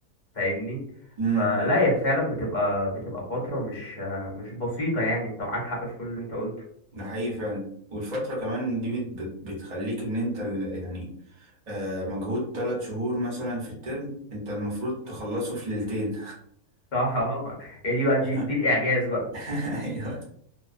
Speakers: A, on the left (about 40°); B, on the right (about 40°).
A: فاهمني
B: امم
A: فلا هي فعلا بتبقى بتبقى فترة مش آه، مش بسيطة يعني أنت معاك حق في كل اللي أنت قلته
B: ده حقيقي فعلا والفترة كمان دي بت... بت... بتخليك ان انت ال... يعني آه مجهود ثلاث شهور مثلا في الترم انت المفروض تخلصه في ليلتين
A: صح اه <laughs> هي دي بقى
B: <laughs>
A: دي, دي الإعجاز بقى
B: <laughs> ايوه